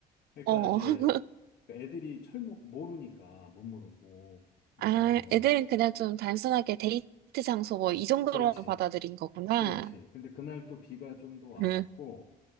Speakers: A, on the left (about 65°); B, on the right (about 70°).
A: 그러니까
B: 어,
A: 이제
B: <laughs>
A: 애들이 철모 모르니까 못 모르고
B: 아,
A: 와서
B: 애들은 그냥 좀 단순하게 데이트 장소 뭐 이 정도로
A: 그렇지
B: 받아들인 거구나.
A: 그렇지 근데 그날 또 비가 좀 더 와갖고
B: 응,